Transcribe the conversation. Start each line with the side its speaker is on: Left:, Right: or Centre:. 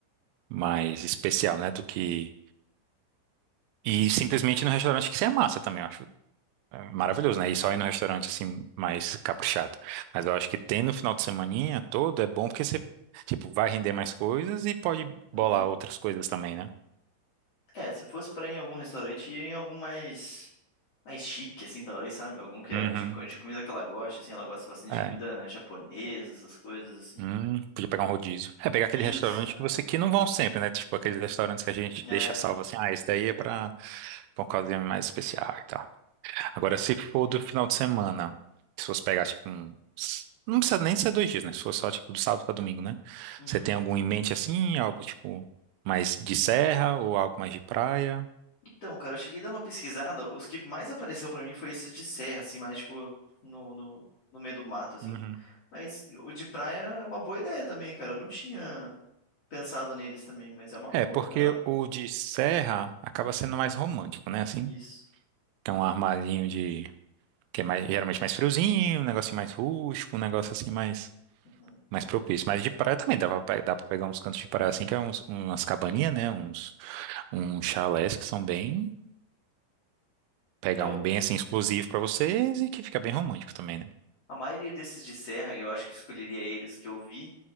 Right: mais especial, né? Do que. E simplesmente no restaurante que você é massa também. É maravilhoso, né? E só ir no restaurante assim, mais caprichado. Mas eu acho que ter no final de semaninha todo é bom porque você, tipo, vai render mais coisas e pode
Left: Uhum.
Right: bolar outras coisas também, né?
Left: É, se fosse pra ir em algum restaurante, ia em algum mais... Mais chique, assim, talvez, sabe? Algum que é
Right: Uhum.
Left: de, co- de comida que ela gosta, assim. Ela gosta bastante
Right: É.
Left: de comida japonesa, essas coisas, assim.
Right: Hum, podia pegar um rodízio. É, pegar
Left: Isso,
Right: aquele restaurante
Left: aham.
Right: que você que não vão sempre, né? Tipo, aqueles restaurantes que a gente
Left: É,
Right: deixa
Left: aham.
Right: salvo assim, ah, esse daí é pra, pra uma ocasião mais especial e tal. Agora,
Left: É.
Right: se for do final de semana, se você pegar, tipo, um... Não precisa nem ser dois dias, né? Se for só, tipo, do sábado para domingo, né?
Left: Uhum.
Right: Você tem algum em mente, assim? Algo, tipo, mais de serra ou algo mais de praia?
Left: Então, cara, eu cheguei a dar uma pesquisada, os que mais apareceu pra mim foi esses de serra, assim, mais tipo no, no, no meio do mato, assim.
Right: Uhum.
Left: Mas o de praia é uma boa ideia também, cara. Eu não tinha pensado neles também, mas é uma boa,
Right: É, porque
Left: cara.
Right: o de serra acaba sendo mais romântico, né? Assim,
Left: Isso.
Right: tem um armarinho de... Que é mais, geralmente mais friozinho, um negócio mais rústico, um negócio, assim, mais...
Left: uhum.
Right: Mais propício. Mas de praia também dá pra, pe- dá pra pegar uns cantos de praia, assim, que é uns, umas cabaninhas, né? Uns, uns chalés que são bem... pegar
Left: É, o-
Right: um bem assim exclusivo pra vocês e que fica bem romântico também, né?
Left: a maioria desses de serra, eu acho que escolheria eles que eu vi,